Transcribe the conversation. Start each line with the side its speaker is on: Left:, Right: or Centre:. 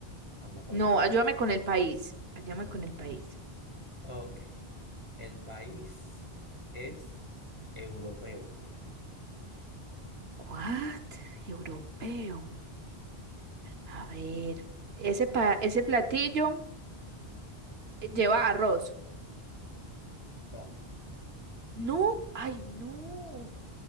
Left: Hazme pregunta.
Right: No, ayúdame con el país. Ayúdame con el país.
Left: Ok. ¿El país es europeo?
Right: What? Europeo. A ver, ese pa- ese platillo eh, lleva arroz.
Left: No,
Right: No, ay, no.
Left: no.